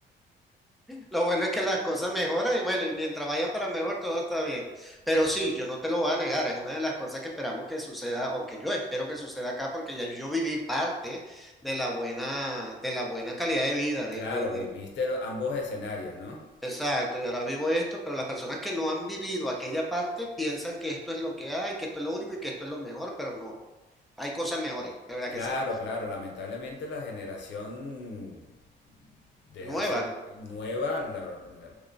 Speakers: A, in the centre; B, on the left.
A: Lo bueno es que las cosas mejoran y bueno, y mientras vayan para mejor, todo está bien. Pero
B: Claro,
A: sí, yo no te lo voy a negar, es una de las cosas que esperamos que suceda o que yo espero que suceda acá porque ya yo viví parte de la buena, de la buena calidad de vida,
B: Claro,
A: de, de, de-
B: vi- viste ambos escenarios, ¿no?
A: Exacto, y ahora vivo esto, pero las personas que no han vivido aquella parte piensan que esto es lo que hay, que esto es lo único y que esto es lo mejor, pero no, hay cosas mejores, de verdad
B: Claro,
A: que sí.
B: claro, lamentablemente la generación de
A: Nuevas.
B: hace nueva, la- la-